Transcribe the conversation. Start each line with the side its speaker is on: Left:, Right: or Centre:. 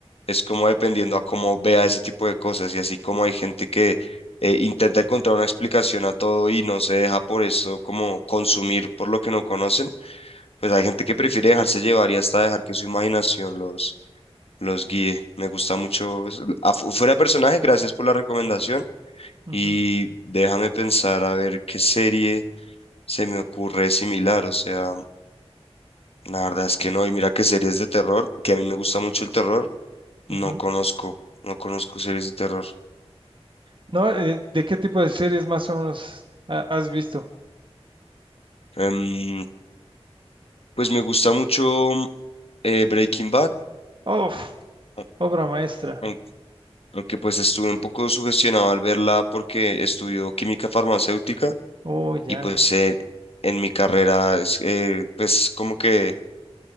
Left: es como dependiendo a cómo vea ese tipo de cosas y así como hay gente que eh, intenta encontrar una explicación a todo y no se deja por eso como consumir por lo que no conocen, pues hay gente que prefiere dejarse llevar y hasta dejar que su imaginación los, los guíe. Me gusta mucho. eso. Afu- Fuera de personaje, gracias por la recomendación
Right: ujú,
Left: y déjame pensar a ver qué serie se me ocurre similar, o sea, la verdad es que no, y mira que series de terror, que a mí me gusta mucho el terror,
Right: ujú.
Left: no conozco, no conozco series de terror.
Right: No, eh, ¿de qué tipo de series más o menos ha- has visto?
Left: Em, pues me gusta mucho eh, Breaking Bad,
Right: Uf,
Left: a-
Right: obra maestra.
Left: aun- aunque pues estuve un poco sugestionado al verla porque estudió química farmacéutica
Right: Oh, ya.
Left: y pues eh, en mi carrera es, eh, pues como que